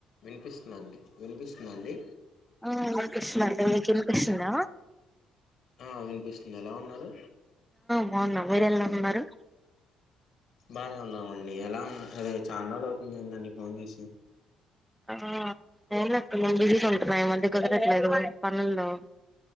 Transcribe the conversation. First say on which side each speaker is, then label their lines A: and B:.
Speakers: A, on the left; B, in the centre.
A: వినిపిస్తున్నా అండి, వినిపిస్తున్నా అండి.
B: ఆ ఏంకృష్ణ అండి, మీకు వినిపిస్తుందా?
A: ఆ వినిపిస్తుంది. ఎలా ఉన్నారు?
B: బాగున్నాం. మీరెలా ఉన్నారు?
A: బానే ఉన్నామండి. ఎలా ఉన్నా అదే చానోలు అవుతుందండి. ఫోన్ చేసి
B: ఆ ఏమేలె బిజీగా ఉంటున్నా. ఈ మధ్య కుదరట్లేదు పనుల్లో